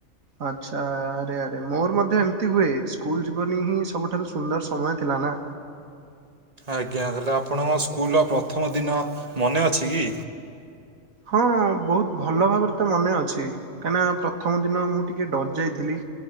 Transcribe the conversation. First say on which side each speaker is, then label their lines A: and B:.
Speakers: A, on the right; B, on the right.
A: ଆଛା ଆରେ ଆରେ ମୋର ମଧ୍ୟ ଏମିତି ହୁଏ ସ୍କୁଲ ଜୀବନ ହିଁ ସବୁଠାରୁ ସୁନ୍ଦର ସମୟ ଥିଲା। ହେଲା।
B: ଆଜ୍ଞା ହେଲେ ଆପଣଙ୍କ ସ୍କୁଲର ପ୍ରଥମ ଦିନ ମନେ ଅଛି କି?
A: ହଁ ବହୁତ ଭଲ ଭାବରେ ତ ମନେ ଅଛି କାହିଁକିନା ପ୍ରଥମ ଦିନ ମୁଁ ଟିକେ ଡରି ଯାଇଥିଲି।